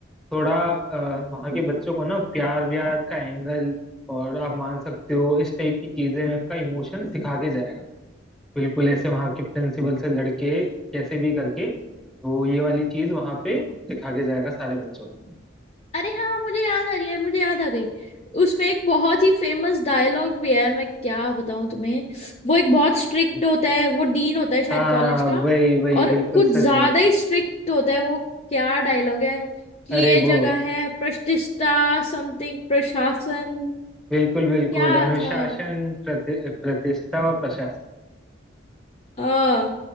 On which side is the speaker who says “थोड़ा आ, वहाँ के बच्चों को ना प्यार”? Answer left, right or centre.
Centre